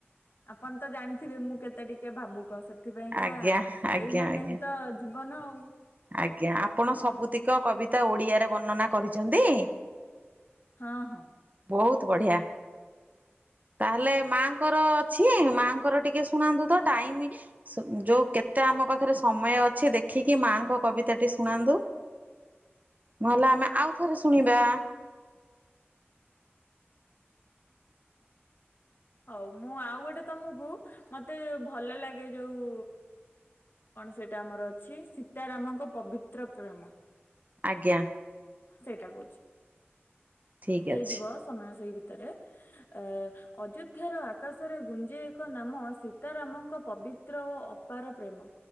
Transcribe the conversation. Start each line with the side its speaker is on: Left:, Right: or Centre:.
Left: ଆପଣ ତ ଜାଣିଥିବେ ମୁଁ କେତେ ଟିକେ ଭାବୁକ ସେଥିପାଇଁକା
Right: ଆଜ୍ଞା ଆଜ୍ଞା
Left: ଏଇ ମାନେ
Right: ଆଜ୍ଞା
Left: ହିଁ ତ ଜୀବନ ଆଉ
Right: ଆଜ୍ଞା, ଆପଣ ସବୁତିକ କବିତା ଓଡିଆରେ ବର୍ଣ୍ଣନା କରିଚନ୍ତି।
Left: ହଁ ହଁ।
Right: ବହୁତ ବଢିଆ ତାହେଲେ ମାଙ୍କର ଅଛି ମାଙ୍କର ଟିକେ ଶୁଣାନ୍ତୁ ତ ଟାଇମ ଯୋଉ କେତେ ଆମ ପାଖରେ ସମୟ ଅଛି ଦେଖିକି ମାଙ୍କ କବିତା ଟି ଶୁଣାନ୍ତୁ। ନହେଲେ ଆମେ ଆଉ ଥରେ ଶୁଣିବା।
Left: ହଉ ମୁଁ ଆଉ ଗୋଟେ ତମକୁ, ମତେ ଭଲ ଲାଗେ ଯୋଉ ସେଇଟା ଆମର ଅଛି। ସୀତାରାମଙ୍କ ପବିତ୍ର ପ୍ରେମ
Right: ଆଜ୍ଞା।
Left: ସେଇଟା କହୁଚି।
Right: ଠିକ୍
Left: ହେଇଯିବ
Right: ଅଛି
Left: ସମୟ ସେଇ ଭିତରେ ଅ ଅଯୋଧ୍ୟାର ଆ ଆକାଶରେ ଗୁଞ୍ଜେଇ ଏକ ନାମ ସୀତାରାମଙ୍କ ପବିତ୍ର ଓ ଅପାର ପ୍ରେମ